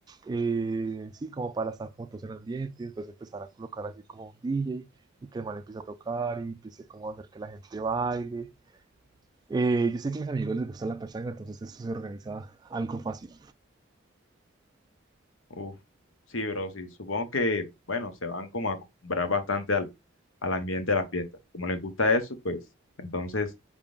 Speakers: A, on the right (about 20°); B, on the left (about 70°).
A: eh, sí, como para estar como todos en ambiente, después empezar a colocar así como un DJ y que el man empiece a tocar y empiece como a hacer que la gente baile. Eh, yo sé que a mis amigos les gusta la pachanga, entonces eso se organiza algo fácil.
B: Uf, sí, bro, sí. Supongo que, bueno, se van como a acostumbrar bastante al, al ambiente de las fiestas. Como les gusta eso, pues, entonces,